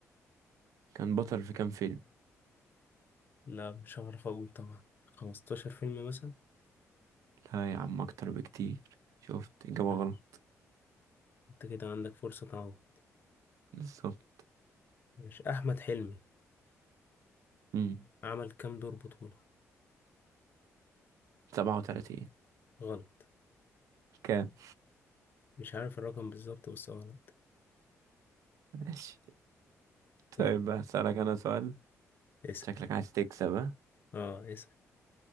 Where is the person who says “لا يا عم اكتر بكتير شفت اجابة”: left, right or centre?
Right